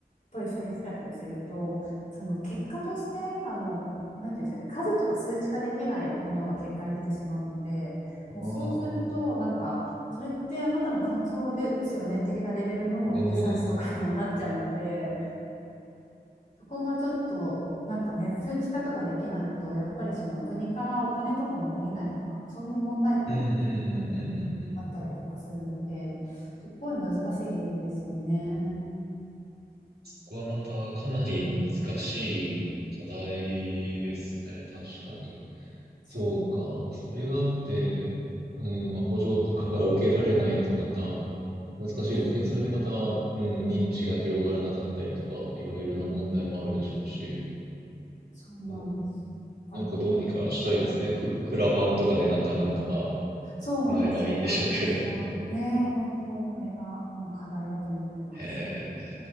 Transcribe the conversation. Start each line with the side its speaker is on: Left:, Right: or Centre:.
Left: と一緒にセラピーをしてると、その結果として、あの、なんていうんですかね、数とか数値化できないものが結果に出てしまうので、もうそうすると、
Right: ああ、うん。
Left: なんか、それってあなたの感想ですよね的なレベルのリサーチとかにもなっちゃうので、
Right: うん
Left: そこがちょっと、なんかね、数値化とかできないと、やっぱりその国からお金とかも下りないとか、そういう問題点が結構
Right: うんうんうんうんうん。
Left: あったりとかするので、すごい難しいですよね。
Right: そこはまたかなり難しい課題ですね、確かに。
Left: そ
Right: そうか。それがあって、うん、まあ、補助とかが受けられないとまた難しいですね。
Left: うなんうん、
Right: それでまた、うん、認知が広がらなかったりとか、いろいろな問題もあるでしょうし、
Left: そうなんですよ。
Right: うん、
Left: だから本当に、
Right: なんかどうにかしたいですね。ク、クラファンとかでなんかなんとか
Left: そうなんですよ。
Right: なればいいんでしょうけど。
Left: 何かしら、ね、本当、これが今課題だと思ってます。
Right: へえ。